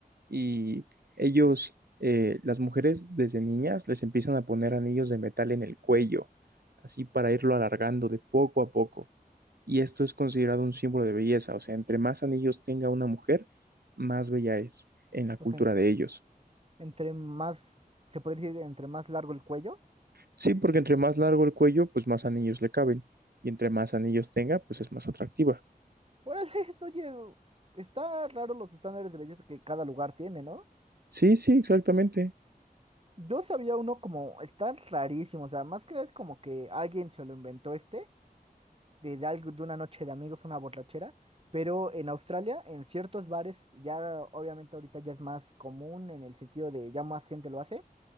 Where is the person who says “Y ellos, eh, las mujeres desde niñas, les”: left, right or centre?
Right